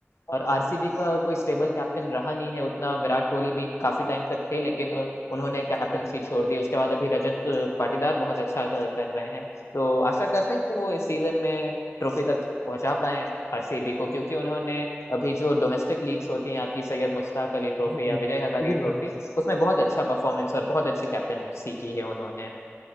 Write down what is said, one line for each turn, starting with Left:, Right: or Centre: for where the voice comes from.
Left: और आरसीबी का कोई स्टेबल कैप्टन रहा नहीं है उतना विराट कोहली भी काफी टाइम तक थे लेकिन अ, उन्होंने कैप्टनसी छोड़ दी उसके बाद अभी रजत अ, पाटीदार बहुत अच्छा क- कर रहे हैं तो आशा करते हैं कि वो इस सीजन में ट्रॉफी तक पहुंचा पाए आरसीबी को क्योंकि उन्होंने अभी जो डोमेस्टिक लीग्स होती हैं आपकी सैयद मुश्ताक अली ट्रॉफी
Right: जी,
Left: या विजय हजारे
Right: ये
Left: ट्रॉफी
Right: बात है।
Left: उसमें बहुत अच्छा परफॉर्मेंस और बहुत अच्छी कैप्टनसी की है उन्होंने